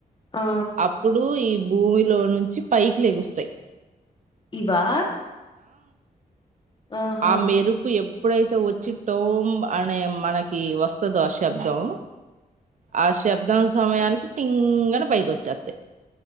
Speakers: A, on the left (about 30°); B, on the right (about 55°).
A: ఆ
B: అప్పుడు ఈ భూమిలో నుంచి పైకి లేగుస్తాయి.
A: ఇవా ఆహా
B: ఆ మెరుపు ఎప్పు ఎప్పుడైతే వచ్చి టోం అనే మనకి వస్తదో ఆ శబ్దం ఆ శబ్దం సమయానికి టింగ్ అన్ని పైకి వచ్చేద్ది.